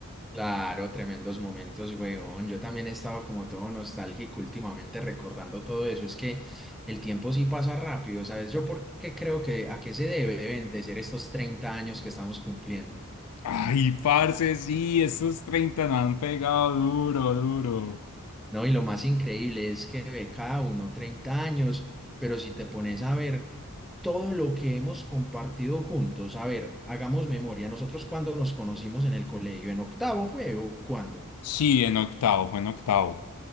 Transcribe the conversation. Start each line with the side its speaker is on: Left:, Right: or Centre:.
Centre: Claro, tremendos momentos, weón. Yo también he estado como todo nostálgico últimamente recordando todo eso. Es que el tiempo sí pasa rápido, ¿sabes? Yo porque creo que a qué se debe deben de ser estos 30 años que estamos cumpliendo,
Left: Ay, parce, sí, esos 30 nos han pegado duro, duro.
Centre: ¿no? Y lo más increíble es que ve cada uno 30 años, pero si te pones a ver todo lo que hemos compartido juntos, a ver, hagamos memoria. Nosotros cuando nos conocimos en el colegio, en octavo fue o cuándo?
Left: Sí, en octavo, fue en octavo.